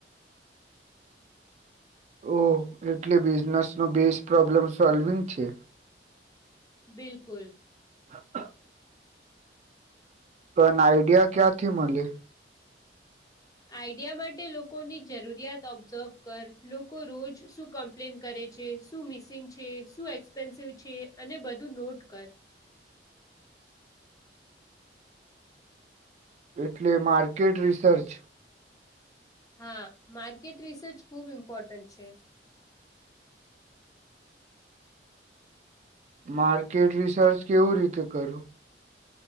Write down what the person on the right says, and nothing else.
ઓ એટલે બિઝનેસ નો બેઝ પ્રોબ્લેમ સોલ્વિંગ છે.
હા. <inaudible> પણ આઈડિયા ક્યાથી મળલી.
એટલે માર્કેટ રિસર્ચ.
માર્કેટ રિસર્ચ કેવું રીતે કરું.